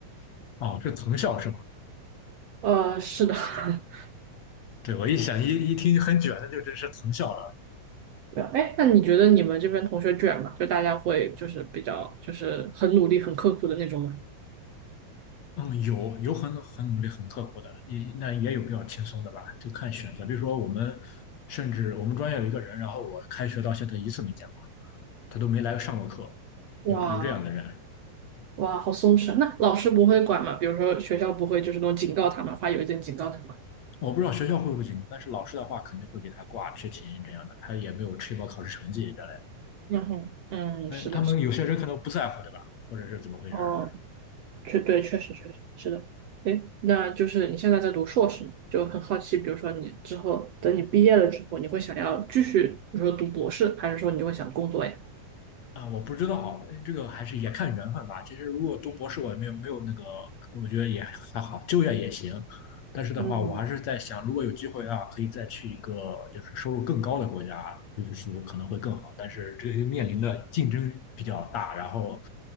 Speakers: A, on the left; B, on the right.
A: 的。哦，这藤校是吗？
B: 呃，是的，<laughs>
A: 对，我一想一一听很卷的，就这是藤校了。
B: 对啊。哎，那你觉得你们这边同学卷吗？就大家会就是比较就是很努力、很刻苦的那种吗？
A: 嗯，有有很很努力、很刻苦的，也那也有比较轻松的吧，就看选择。比如说我们，甚至我们专业有一个人，然后我开学到现在一次没见过，他都没来上过课，
B: 哇，
A: 有有这样的人。
B: 哇，好松弛啊！那老师不会管吗？比如说学校不会就是那种警告他们，发邮件警告他们。
A: 我不知道学校会不会警告，但是老师的话肯定会给他挂缺勤这样的，他也没有吃饱考试成绩之类的。
B: 然后，嗯，
A: 但他们有些人可能不在乎，
B: 是的，是的
A: 对吧？或者是怎么回事儿
B: 哦，确对，确实确实是的。诶，那就是你现在在读硕士嘛，就很好奇，比如说你之后等你毕业了之后，你会想要继续，比如说读博士，还是说你就会想工作呀？
A: 啊？我不知道，这个还是也看缘分吧。其实如果读博士，我也没有没有那个，我觉得也还好，就业也行。但是的话，
B: 嗯
A: 我还是在想，如果有机会啊，可以再去一个就是收入更高的国家读书可能会更好。但是这个面临的竞争比较大，然后